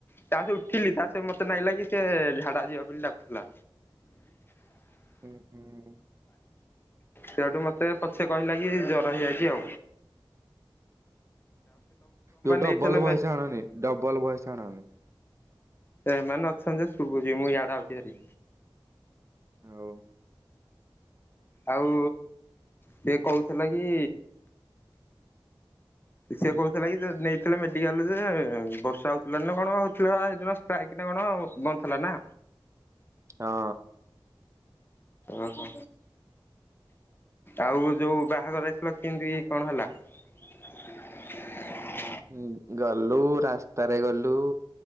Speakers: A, on the left (about 25°); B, on the right (about 30°).
A: ତା ସାସେ ଉଠିଲି ତା ସେ ମତେ ନାଇଁ ଲାଗି ସେ ଝାଡା ଯିବ ବୋଲି ଡାକୁ ଥିଲା।
B: ହୁଁ ହୁଁ
A: ସେଠୁ ମତେ ପଛେ କହିଲା କି ଜ୍ୱର ହେଇଯା ଇଯାଉ।
B: ଯ ଡବଲ
A: ନେଇଥିଲେ
B: ଭଏସ ଆଣନି ଡବଲ ଭୟସ ଆଣନି।
A: ସେମାନେ ଅଛନ୍ତି ଯେ ଶୁଭୁଚି ମୁଁ ଇଆଡେ ଆଉଚି ହରି।
B: ହଉ।
A: ଆଉ ସେ କହୁଥିଲା କି? ସିଏ କହୁଥିଲା କି ନେଇଥିଲେ ମେଡିକାଲରେ ବର୍ଷା ହଉଥିଲାନା କଣ ହଉଥିଲା ସେଇଦିନ ଷ୍ଟ୍ରାଇକ୍। କଣ ବନ୍ଦ ଥିଲା ନା?
B: ହଁ।
A: ଓହୋ ଆଉ ଯୋଉ ବାହାଘର ଯାଇଥିଲ କେମିତି କଣ ହେଲା? <inaudible>
B: ହୁଁ ଗଲୁ ରାସ୍ତାରେ ଗଲୁ।